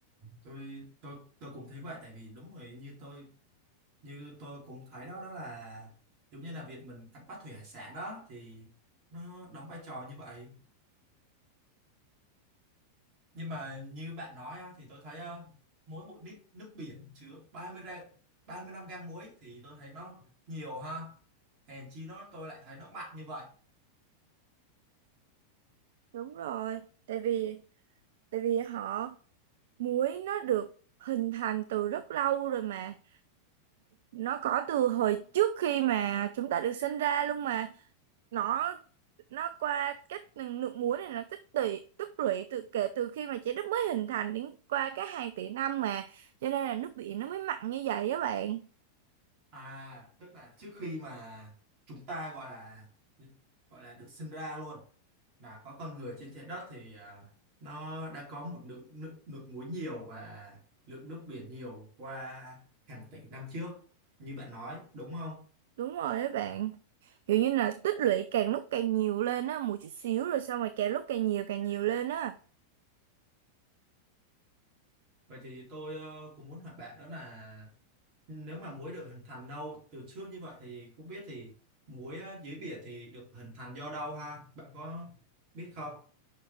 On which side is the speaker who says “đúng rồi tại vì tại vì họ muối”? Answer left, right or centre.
Right